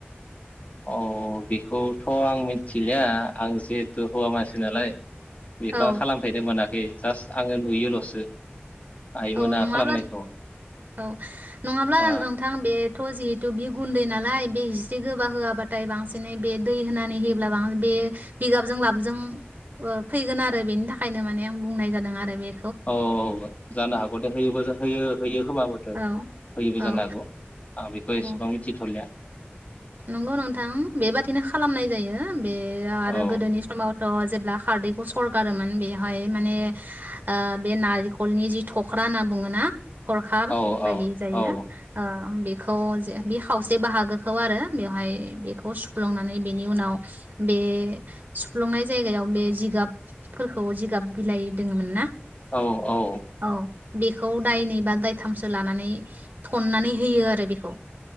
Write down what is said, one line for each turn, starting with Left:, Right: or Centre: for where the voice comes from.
Left: औ बेखौथ' आं मिथिलिया आं जिहेथु हौवा मानसि नालाय। बेखौ
Right: औ
Left: आं खालामफेनो मोनाखै। जास्ट आङो नुयोल'सो। आइमोना
Right: औ नङाब्ला
Left: खालामनायखौ
Right: औ। नङाब्ला
Left: औ
Right: नोंथां बे। थ' जिहेतु बे गुन्दै नालाय बे हिस्रि गोबा होआबाथाय बांसिनै बे दै होनानै होयोब्ला बां बे बिगाबजों लाबजों ओ फैगोन आरो बेनि थाखायनो माने आं बुंनाय जादों आरो बे।
Left: औ ओ जानो हागौ दे होयोबो होयो। होयो। खोमाबोथो
Right: औ
Left: होयोबो
Right: औ
Left: जानो हागौ। आं बेखौ एसेबां
Right: औ
Left: मिथिथ'लिया।
Right: नंगौ नोंथां बेबादिनो खालामनाय जायो। बे आरो
Left: औ
Right: गोदोनि समावथ'। जेब्ला खारदैखौ सरगारोमोन बेहाय माने ओ बे नारिखलनि जि थख्रा होनना बुङोना। हरखाब
Left: औ
Right: बायदि
Left: औ
Right: जायो
Left: औ
Right: ओ बेखौ जे बे खावसे बाहागो खौआरो बेवहाय बेखौ सुफ्लंनानै बेनि उनाव बे सुफ्लंनाय जायगायाव बे जिगाबफोरखौ जिगाब बिलाइ दंङोमोन ना
Left: औ औ
Right: औ बेखौ दायनै बा दायथामसो लानानै थननानै होयो आरो बेखौ